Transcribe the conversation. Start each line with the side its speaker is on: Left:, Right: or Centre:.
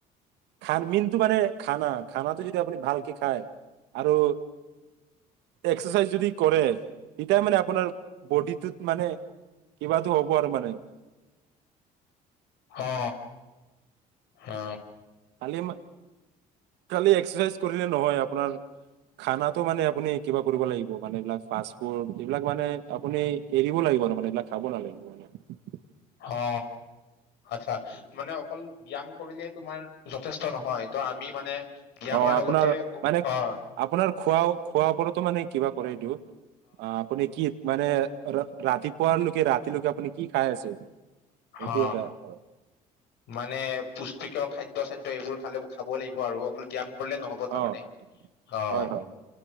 Right: খান মিনটোটো মানে খানা খানাটো যদি আপুনি ভালকে খায়, আৰু এক্সাৰচাইজ যদি কৰে। তেতিয়াই মানে আপোনাৰ, বডিটোত মানে কিবাটো হ'ব আৰু মানে।
Left: অ অ।
Right: কালি ম কালি এক্সপ্ৰেছ কৰিলে নহয় আপোনাৰ, খানাটো মানে আপুনি কিবা কৰিব লাগিব মানে, এই বিলাক ফাৰ্ষ্ট ফুড যিবিলাক মানে আপুনি এৰিব লাগিব ন মানে এইবিলাক খাব নালাগিব মানে
Left: অ আচ্ছা মানে অকল ব্যয়াম কৰিলে তোমাৰ যথেষ্ট নহয় তো আমি মানে ব্যায়ামৰ
Right: অ আপোনাৰ
Left: লগতে
Right: মানে
Left: অ',
Right: আপোনাৰ খোৱা খোৱাৰ ওপৰতো মানে কিবা কৰেই দিও অ আপুনি কি মানে ৰাতিপুৱাৰ লৈকে ৰাতিলৈকে আপুনি কি খাই আছে এইটো
Left: অ
Right: এটা হয়
Left: মানে পুষ্টিকৰ খাদ্য চাদ্য এইবোৰ খালে খাব লাগিব আৰু অকল ব্যায়াম কৰিলে নহ'ব তাৰমানে
Right: অ
Left: অ
Right: হয় হয়